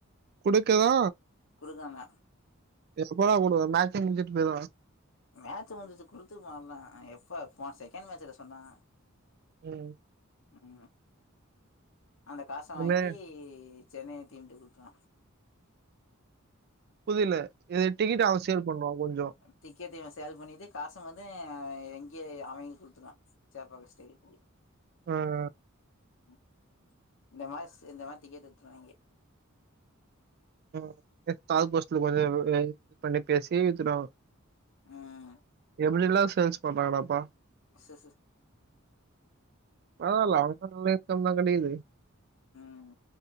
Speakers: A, on the right (about 50°); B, on the left (about 65°).
A: குடுக்கவா
B: குடுக்காங்க
A: <unintelligible> மேட்ச்சே முடிஞ்சிட்டு போய்ருவாங்க
B: மேட்ச் வந்துச்சு குடுத்துக்கலான்னாங்க எப்ப போன செகண்ட் மேட்ச்ல சொன்னாங்க
A: ம்
B: ம் அந்த காச
A: இனிமே
B: வாங்கி சென்னைய தீமிட்டு குடுத்தா
A: புதில இத டிக்கெட்ட அவ ஃசேல் பண்ணனு <unintelligible>
B: திக் முக்கியத்த இவெ சேல் பண்ணிட்டு காச வந்து எங்கேயே அவைங்களுக் குடுத்துருவா சேப்பாக்க ஸ்டேடியத்துக்கு
A: ஆ அ
B: ம் இந்த மாஸ் இந்த வார்த்தைக்கே <unintelligible>
A: ஹம் கெக் தால் போஸ்ட்ல <unintelligible> பண்ணி பேசி வித்துருவாங்
B: ம்
A: எப்டி எல்லா சேல்ஸ் பண்றாங்கா டாப்பா
B: செர் செ
A: பரவால அவனுகாது நல்ல இன்கம்தா கெடைகுது
B: ம்